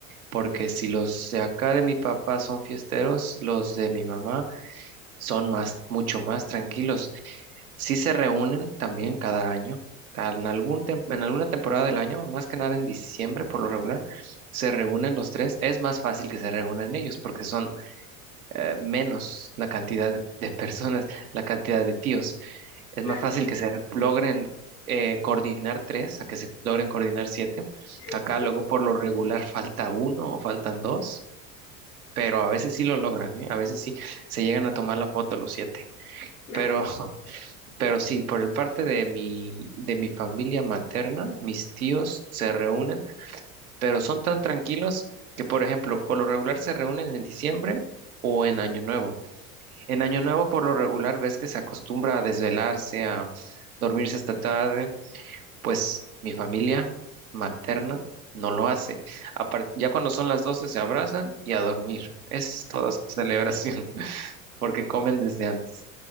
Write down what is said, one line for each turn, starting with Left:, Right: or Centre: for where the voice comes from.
Right: porque si los de acá de mi papá son fiesteros, los de mi mamá son más, mucho más tranquilos. Sí se reúnen también cada año, ca- en algún tem- en alguna temporada del año, más que nada en diciembre por lo regular, se reúnen los tres. Es más fácil que se reúnan ellos porque son eh, menos la cantidad de, de personas, la cantidad de tíos. Es
Left: Claro,
Right: más fácil que se logren eh, coordinar tres a que se logren coordinar siete.
Left: <laughs>
Right: Acá
Left: sí,
Right: luego por lo regular falta uno o faltan dos, pero a veces sí lo logran, ¿eh? A veces sí se llegan a tomar la foto los siete.
Left: claro.
Right: Pero, <laughs> pero sí, por el parte de mi, de mi familia materna, mis tíos se reúnen, pero son tan tranquilos que, por ejemplo, por lo regular se reúnen en diciembre o en Año Nuevo. En Año Nuevo, por lo regular, ves que se acostumbra a desvelarse, a dormirse hasta tarde, pues mi familia materna no lo hace. Apar- ya cuando son las 12 se abrazan y a dormir. Es toda su celebración, <laughs> porque comen desde antes.